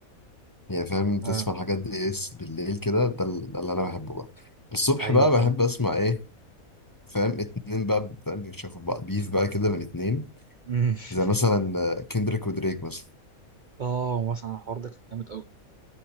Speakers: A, on the left; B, on the right.
A: يعني فاهم تسمع
B: آه
A: الحاجات دي اس بالليل كده ده, ال- ده اللي انا بحبه بقى الصبح
B: ايوه
A: بقى
B: فاهم
A: بحب اسمع ايه فاهم اتنين بقى فاهم بيشوفوا بقى بيف بقى كده من اتنين
B: مم.
A: زي
B: <laughs>
A: مثلا كندريك ودريك مثلا
B: اه مثلا الحوار ده كان جامد قوي